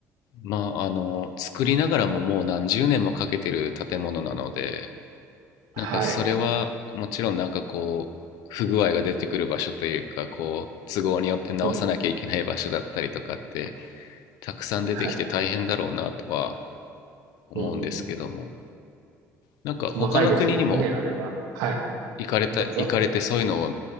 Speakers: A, on the left; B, on the right.
A: まあ、あの、作りながらももう何十年もかけてる建物なので、
B: はい。
A: なんかそれはもちろんなんかこう、不具合が出てくる場所というか、こう、都合によって直さなきゃいけない場所だったりとかって、
B: うん。
A: たくさん出てきて大変だろうなとは
B: はい。
A: 思うんですけども
B: うん。
A: なんか他の国にも
B: 細かいですもんね、あれは。はい。
A: 行かれた行かれてそういうのを
B: どうぞ。